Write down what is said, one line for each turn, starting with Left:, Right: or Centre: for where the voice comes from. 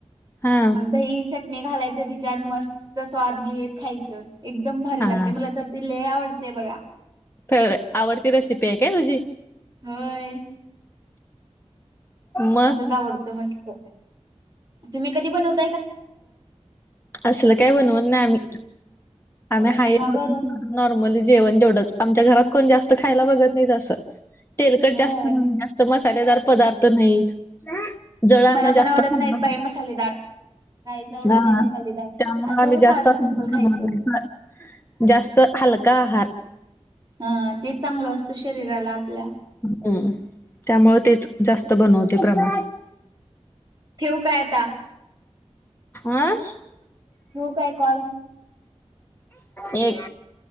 Left: हा
Right: मग दही चटणी घालायचं तिच्यात, मस्त स्वाद घेत खायचं एकदम भारी
Left: हा
Right: लागते! मला तर ती लय आवडते बघा.
Left: फेव आवडती रेसिपी आहे काय तुझी?
Right: होय.
Left: मग
Right: असंच आवडतं मस्त. तु्म्ही कध बनवत
Left: असल काय बनवत नाही आम्ही. आम्ही
Right: होय
Left: हाय
Right: का
Left: हो
Right: बरं
Left: नॉर्मली जेवण जेवढंच. आमच्या घरात कोण जास्त खायला बघत नाही तसं. तेलकट
Right: होय
Left: जास्त नाही, जास्त मसालेदार पदार्थ नाहीत. जळांना
Right: मला पण
Left: जास्त
Right: आवडत
Left: थंड
Right: नाहीत बाई मसालेदार काहीच आवडत
Left: ह
Right: नाही मसालेदार
Left: त्यामुळं
Right: असं
Left: आम्ही
Right: उगं
Left: जास्त
Right: साधं
Left: <unintelligible>
Right: सिंपल खायचं
Left: जास्त हलका आहार.
Right: हां, ते चांगलं असतं, शरीराला आपल्या.
Left: हम्म त्यामुळे तेच जास्त बनवते प्रमाण.
Right: ठेऊ काय आता?
Left: आं.
Right: ठेवू काय कॉल
Left: एक.